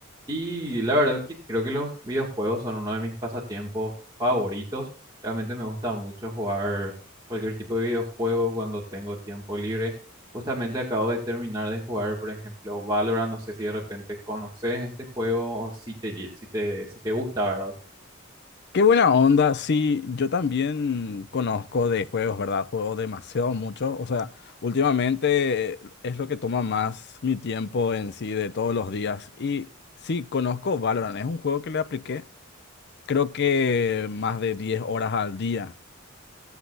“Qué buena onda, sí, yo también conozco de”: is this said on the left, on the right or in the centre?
Left